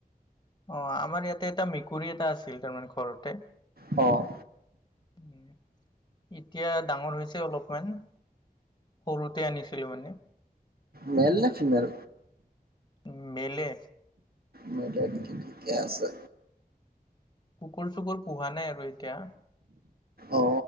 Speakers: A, on the left; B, on the right.
A: অ আমাৰ ইয়াতে এটা মেকুৰী এটা আছিল তাৰমানে ঘৰতে
B: অ
A: উম এতিয়া ডাঙৰ হৈছে অলপমান সৰুতে আনিছিলো মানে
B: মেইল নে ফিমেল
A: উম মেইলে
B: মেইলে ঠিকে আছে
A: কুকুৰ চুকুৰ পোহা নাই আৰু এতিয়া
B: অ